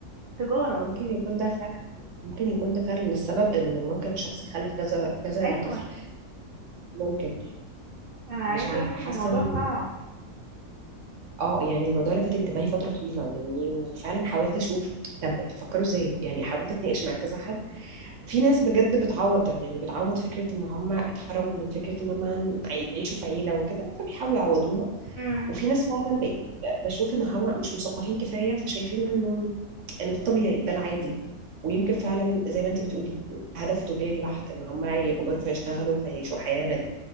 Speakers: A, on the right; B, on the right.
A: تجارة
B: ممكن يكون ده فعلا ممكن يكون ده فعلا السبب إن ممكن شخص يخلف كذا كذا
A: ايوه
B: طفل ممكن
A: انا عايزة
B: مش عارفة
A: اقولك
B: حاسة
A: ان الموضوع
B: إن
A: صعب
B: اه يعني الموضوع لفت انتباهي فترة طويلة يعني وفعلا حاولت أشوف طب بتفكروا إزاي يعني حاولت أتناقش مع كذا حد في ناس بجد بتعوض ده يعني بتعوض فكرة ان هم اتحرموا من فكرة ان هم يعيشوا في عيلة وكده فبيحاولوا يعوضوها
A: امم
B: وفي ناس فعلا بقيت بشوف ان هم مش مثقفين كفاية فشايفين انه انه ده طبيعي ده العادي ويمكن فعلا زي ما انت بتقولي هدفه تجاري بحت ان هم يكبروا فيشتغلوا فيعيشوا حياة غريبة